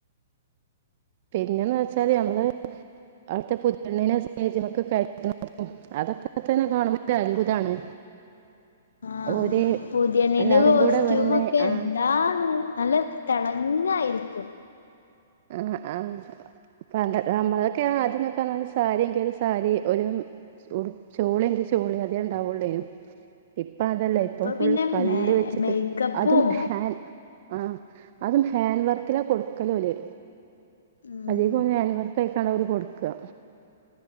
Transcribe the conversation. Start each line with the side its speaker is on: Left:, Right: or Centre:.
Right: പിന്നെന്ന് വെച്ചാല് ഞങ്ങള് അവിട്ത്തെ പുത്യണ്ണിനെ സ്റ്റേജ്‌മക്ക് <inaudible> ഉം അതൊക്കെത്തന്നെ കാണുമ്പോ അത്ഭുതാണ്
Left: ആഹ്
Right: ഓര്
Left: പുതിയണ്ണിന്റെ
Right: എല്ലാരും
Left: കോസ്റ്റ്യൂമൊക്കെ
Right: കൂടെ വന്ന് ആഹ്
Left: എന്താന്ന് നല്ല തെളങ്ങയിരിക്കും
Right: ആഹ് ആഹ് പണ്ട് നമ്മളൊക്കെ ആദ്യന്നോക്കെ പറഞ്ഞാല് ഒരു സാരി എങ്കില് ഒരു സാരി ഒര് ഉട് ചോളിയെങ്കി ചോളി അതേ ഇണ്ടാവൊള്ളേനു ഇപ്പ അതല്ല ഇപ്പൊ ഫുൾ
Left: പിന്നെ
Right: കല്ല്
Left: മേ
Right: വെച്ചിട്ട്
Left: മേക്കപ്പും
Right: അതും ഹാൻ ആഹ് അതും ഹാൻഡ് വർക്കിലാ കൊട്ക്കലോല്
Left: ഉം
Right: <unintelligible> ഹൻവർക്കായിക്കാണ്ട ഓല് കൊട്ക്ക